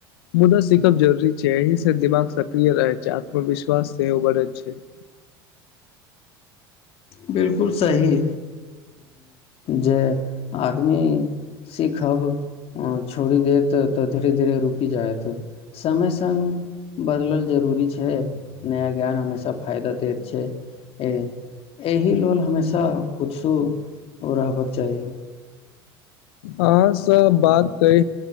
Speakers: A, on the left; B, on the left.
A: मुदा सीखब जरूरी छै अह से दिमाग सक्रिय रहै छै आत्मविश्वास सेहो बढ़े छै <inaudible>
B: बिलकुल सही जे आदमी सीखब अ छोड़ी देत तऽ धीरे धीरे रुकि जायत समय सग बदलल जरूर जरूरी छै नया ज्ञान हमेशा फायदा दैत छै एहि लेल हमेशा उत्सुको रहबाक चाही
A: अहाँ सब बात की